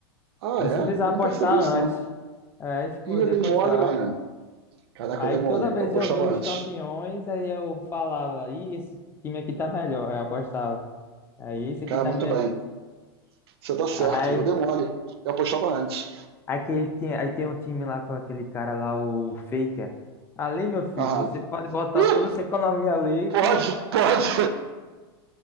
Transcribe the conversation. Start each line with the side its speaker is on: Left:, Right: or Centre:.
Right: Ah,
Left: Você
Right: é?
Left: não precisava
Right: Eu não
Left: apostar
Right: percebi isso,
Left: antes.
Right: não.
Left: É, tipo,
Right: Ih,
Left: podia
Right: eu dei
Left: apostar.
Right: mole, mano. Caraca,
Left: Aí
Right: eu dei mole.
Left: toda vez
Right: Eu apostava
Left: eu via os
Right: antes.
Left: campeões, aí eu falava, ih, esse time aqui tá melhor. Aí eu apostava. Aí esse aqui
Right: Cara,
Left: tá
Right: muito bem. Você tá certo.
Left: melhor.
Right: Eu dei mole. Eu apostava antes.
Left: Aquele tem, aí tem um time lá com aquele cara lá, o Faker. Ali, meu filho,
Right: Aham.
Left: você pode botar
Right: Ih,
Left: toda essa economia ali
Right: pode,
Left: que, <laughs>
Right: pode.